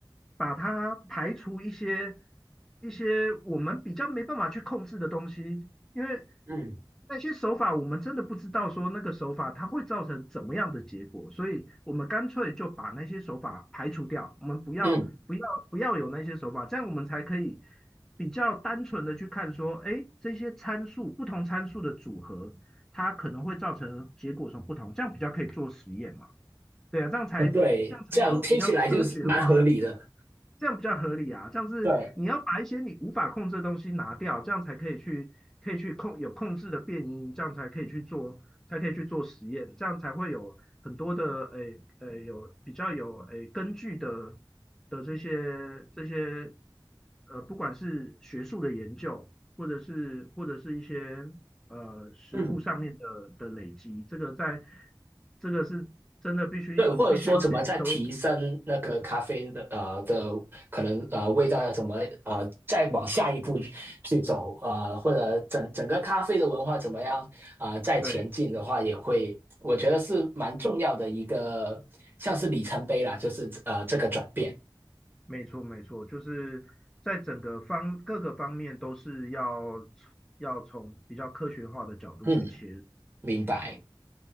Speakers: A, in the centre; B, on the right.
A: 把它排除一些一些我们比较没办法去控制的东西，因为
B: 嗯
A: 那些手法我们真的不知道说那个手法它会造成怎么样的结果，所以我们干脆就把那些手法排除掉，我们不要不要不要有那些手法，
B: 嗯，
A: 这样我们才可以。比较单纯的去看说，哎，这些参数不同参数的组合，它可能会造成结果什么不同，这样比较可以做实验嘛？对啊，这样才这样才有比较科学的话。
B: 对，这样听起来就是蛮合理的。
A: 这样比较合理啊。这样是你要把一些你无法控制的东西拿掉，
B: 对，
A: 这样才可以去可以去控有控制的变音，这样才可以去做才可以去做实验，这样才会有很多的诶诶有比较有诶根据的的这些这些呃不管是学术的研究，或者是或者是一些呃实物上面的的累积，
B: 嗯
A: 这个在这个是真的必须你必须要去收
B: 对，或者说怎么再提升那个咖啡的呃的可能呃味道要怎么呃再往下一步去走呃，或者整整个咖啡的文化怎么样啊、呃再前进的话，
A: 对。
B: 也会我觉得是蛮重要的一个像是里程碑啦，就是呃这个转变。
A: 没错，没错，就是在整个方各个方面都是要要从比较科学化的角度去切入，
B: 嗯，明白。
A: 没错。